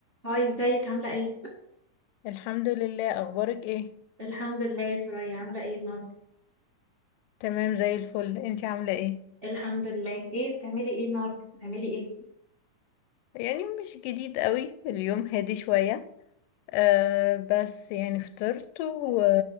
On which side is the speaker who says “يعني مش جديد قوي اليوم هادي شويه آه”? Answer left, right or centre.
Left